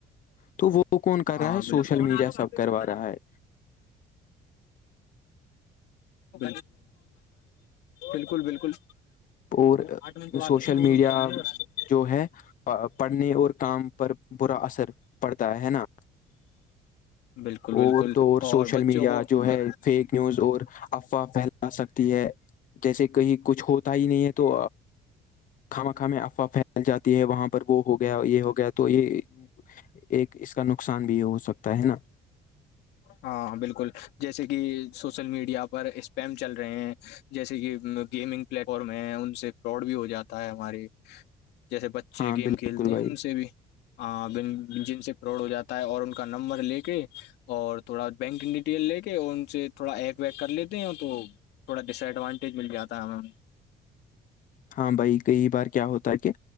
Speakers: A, on the left; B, on the left.
A: تو وہ کون کر
B: ہاں
A: رہا ہے
B: بالکل
A: سوشل میڈیا سب کروا رہا ہے
B: <unintelligible> بالکل بالکل
A: اور
B: آٹھ منٹ وات
A: سوشل
B: نہیں دو
A: میڈیا
B: منٹ ک بتے
A: جو ہے پڑھنے اور کام پر برا اثر پڑتا ہے ہے نا
B: بالکل بالکل
A: اور تو سوشل
B: اور بچوں
A: میڈیا
B: کو
A: جو
B: ب-
A: ہے فیک نیوز اور افواہ پھیلا سکتی ہے جیسے کہیں کچھ ہوتا ہی نہیں ہے تو خامخا افواہ پھیل جاتی ہے وہاں پر وہ ہو گیا یہ ہو گیا تو یہ ایک اس کا نقصان بھی یہ ہو سکتا ہے نا
B: ہاں بالکل جیسے کہ سوشل میڈیا پر اسپیم چل رہے ہیں جیسے کہ گیمنگ پلیٹ فارم ہے ان سے پراڈ بھی ہو جاتا ہے ہمارے جیسے بچے
A: ہاں
B: گیم
A: بالکل
B: کھیلتے
A: بھائی
B: ہیں ان سے بھی ہاں جن سے پروڈ ہو جاتا ہے اور ان کا نمبر لے کے اور تھوڑا بینک ڈیٹیل لے کے اور ان سے تھوڑا ایک ویک کر لیتے ہیں تو تھوڑا ڈسڈوانٹیج مل جاتا ہمیں
A: ہاں بھائی کئی بار کیا ہوتا ہے کہ